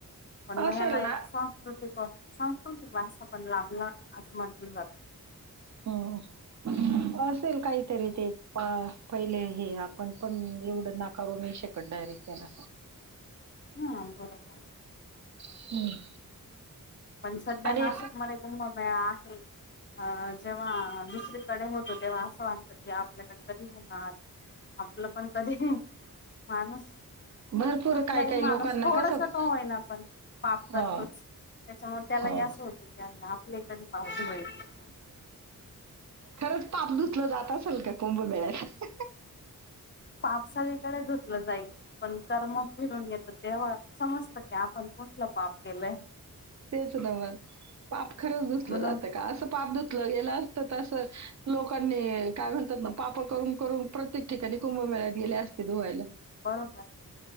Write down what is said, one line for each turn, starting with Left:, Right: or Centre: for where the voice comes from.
Left: पण मग
Right: असेल
Left: याला
Right: ना
Left: एक सांस्कृतिक सांस्कृतिक वारसा पण लाभला असं म्हटलं जात.
Right: हम्म असेल काहीतरी ते पहिले हे आपण पण एवढं नाकारू नाही शकत डायरेक्ट त्याला.
Left: हा बरोबर
Right: हम्म.
Left: पण सध्या
Right: आणि
Left: नाशिक मध्ये कुंभमेळा आहे. अ जेव्हा दुसरीकडे होतो तेव्हा वात की आपल्याकडे कधी होणार आपलं पण कधी माणूस
Right: भरपूर
Left: खूप
Right: काही
Left: लाही
Right: काही
Left: माणूस
Right: लोकांना
Left: थोडस
Right: कसं
Left: त होई ना आपण पाप करतोच
Right: ह
Left: त्याच्यामुळे त्यालाही
Right: हो.
Left: असं होतं की अ आपले कधी धुवायचं.
Right: खरंच पाप धुतलं जात असेल का कुंभमेळ्यात?
Left: पापसागळीकडे धुतलं जाईल. पण कर्म फिरून येतं तेव्हा समजत की आपण कुठलं पाप केलंय.
Right: तेच ना मग. पाप. खरच ुसलं
Left: म्हणून
Right: जातं का? अस पापधुतलं गेल असत त लोकांनी काय म्हणतात ना पाप करून करून प्रत्येक ठिकाणी कुंभमेळ्यात गेले असते धुवायला.
Left: बरोबर